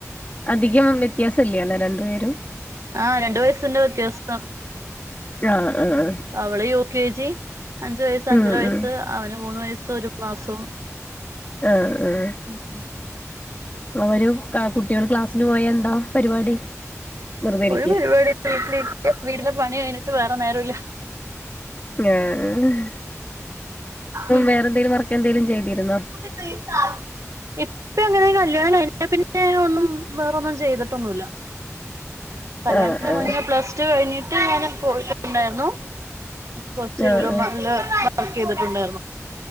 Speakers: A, on the left (about 30°); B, on the right (about 70°).
A: അധികം വ്യത്യാസം ഇല്ലാ നെ രണ്ടു പേരും
B: ആ രണ്ടു വയസിന്റെ വ്യത്യാസം
A: ഞാ ആഹ് ആഹ്
B: അവള് യു കെ ജി അഞ്ചു വയസ്
A: ഉം
B: അഞ്ചര വയസ്സ്
A: ഉം
B: അവന് മൂന്ന് വയസ്സ് ഒരു മാസും
A: ആഹ് ആഹ്
B: ഉം ഉം
A: അവരുംകുട്ട്യാള്ക്ലാസ്സിന് പോയ എന്താ പരിപാടി വെറുതെ ഇരിക്കെ
B: ഒരുപരിപാടീം ഇല്ലവീട്ടില് ഇരിക്കവീട്ടിലെ പണി കഴിഞ്ഞിട്ട് വേറെ നേരം ഇല്ല
A: ഞഎന്തേലും
B: ഉം
A: വേറെ വർക്കെന്തെലും എന്തേലും ചെയ്തിരുന്നോ
B: <unintelligible> ഇപ്പ എങ്ങനെ കല്യാണം കഴിഞ്ഞ പിന്നെ ഒന്നും വേറൊന്നും ചെയ്തിട്ടൊന്നുമില്ല കല്യാണത്തിന്
A: ആഹ് ആഹ്
B: മുന്നേ പ്ലസ് ടു കഴിഞ്ഞിട്ട് ഞാൻ പോയിട്ടുണ്ടായിരുന്നു കൊച്ചി
A: ആഹ്
B: ലുലുമാളില്
A: ആഹ്
B: വർക്ക് ചെയ്തിട്ടുണ്ടായിരുന്നു